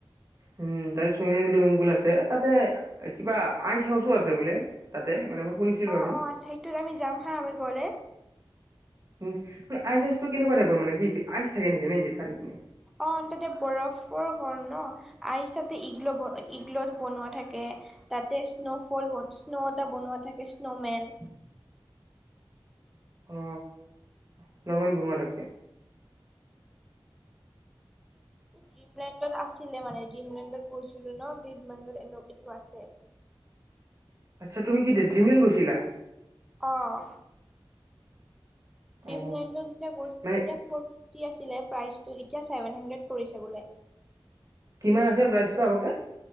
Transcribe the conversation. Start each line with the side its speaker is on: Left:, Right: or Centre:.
Right: উম তাতে চুইমিং পুল চুইমিং পুল আছে তাতে কিবা আইচ হাউচো আছে বোলে তাতে মানে। শুনিছিলো
Centre: অ
Right: আৰু
Centre: অ আচ সেইটোত আমি যাম হা আমি গলে
Right: ম আইচ আইচটো কেনেকুৱাইৰ মানে কি <unintelligible> নেকি নেকি চাৰিপিনে
Centre: অ তাতে বৰফৰ ঘৰ ন আইচা ইগ ইগ বনোৱা থাকে তাতে স্ন' ফলন স্ন' এটা বনোৱা থাকে স্ন উমেন
Right: অ স্নমে বনোৱা তাকে
Centre: জিমলেণ্ডত আছিলে মানে জিমলেণ্ডত <unintelligible> গৈছিলো ন দত মডৰ এনে এইটো আছে <unintelligible>
Right: আচ্ছা তুমি কি ড্ৰিমলেন গৈছিলা <unintelligible>
Centre: আহ ড্ৰিমলেণ্ডত
Right: অ
Centre: যেতিয়া গৈছিলো তেতিয়া
Right: মানে
Centre: ফৰ ফিফটি আছিলে। প্ৰাইচটো এতিয়া ছেভেন হাণ্ড্ৰেড কৰিছে বোলে
Right: কিমান আছিল প্ৰাইচটো আগতে